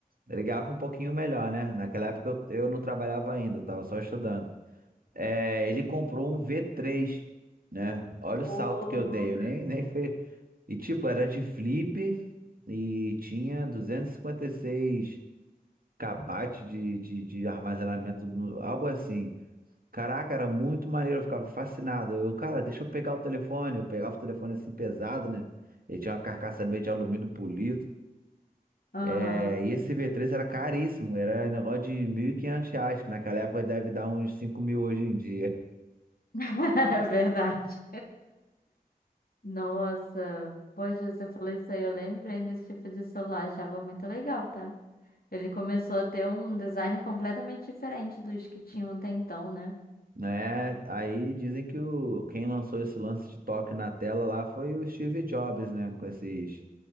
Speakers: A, on the right; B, on the left.
A: Ele ganhava um pouquinho melhor, né? Naquela época eu, eu não trabalhava ainda, eu tava só estudando. É, ele comprou um v três, né? Olha
B: Oh.
A: o salto que eu dei, eu nem, nem fez. E tipo, era de flip e tinha 256 kbytes de, de, de armazenamento, no- algo assim. Caraca, era muito maneiro, eu ficava fascinado. Eu, cara, deixa eu pegar o telefone. Eu pegava o telefone assim pesado, né? Ele tinha uma carcaça meio de alumínio polido.
B: Aham.
A: É, e esse v três era caríssimo, era negócio de 1.500 reais, que naquela época deve dar uns cinco mil hoje em dia. <laughs>
B: <laughs> É verdade. Nossa. Poxa, você falou isso aí, eu lembrei desse tipo de celular, achava muito legal, tá? Ele começou a ter um design completamente diferente dos que tinham até então, né?
A: Né? Aí dizem que o, quem lançou esse lance de toque na tela lá foi o Steve Jobs, né? Com esses